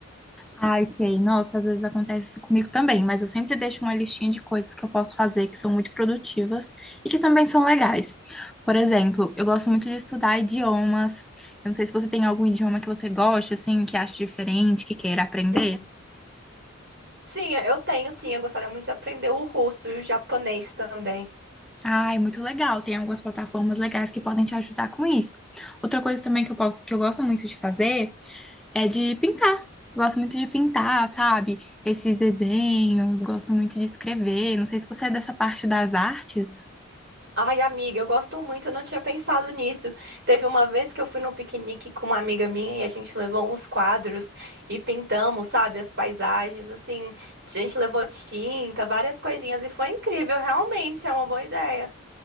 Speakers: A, in the centre; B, on the right.
A: Ai, sei. Nossa, às vezes acontece isso comigo também, mas eu sempre deixo uma listinha de coisas que eu posso fazer que são muito produtivas e que também são legais. Por exemplo, eu gosto muito de estudar idiomas. Eu não sei se você tem algum idioma que você gosta, assim, que acha diferente, que queira aprender.
B: Uhum. Sim, eu tenho, sim. Eu gostaria muito de aprender o russo e o japonês também.
A: Ai, muito legal. Tem algumas plataformas legais que podem te ajudar com isso. Outra coisa também que eu posso, que eu gosto muito de fazer É de pintar. Gosto muito de pintar, sabe? Esses desenhos, gosto muito de escrever. Não sei se você é dessa parte das artes.
B: Ai, amiga, eu gosto muito, eu não tinha pensado nisso. Teve uma vez que eu fui num piquenique com uma amiga minha e a gente levou uns quadros e pintamos, sabe, as paisagens, assim, a gente levou tinta, várias coisinhas e foi incrível, realmente, é uma boa ideia.